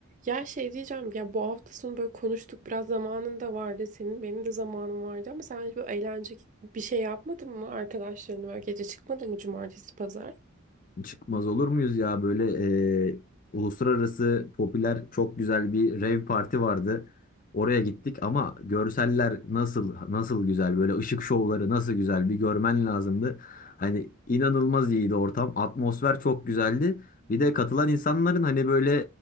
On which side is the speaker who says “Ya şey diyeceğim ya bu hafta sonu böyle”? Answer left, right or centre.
Right